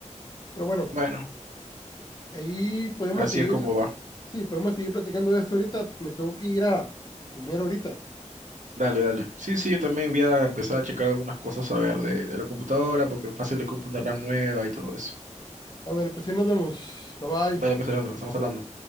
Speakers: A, on the left; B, on the right.
A: Pero bueno,
B: Bueno,
A: ahí podemos
B: así
A: seguir,
B: es como va.
A: sí, podemos seguir platicando de esto ahorita. Me tengo que ir a, a comer ahorita.
B: Dale, dale. Sí, sí, yo también voy a empezar a checar algunas cosas a ver de, de la computadora, porque fácil le compro una RAM nueva y todo eso.
A: Ándale, pues ahí nos vemos. Bye
B: Dale,
A: bye.
B: pues, Alejandro, estamos hablando.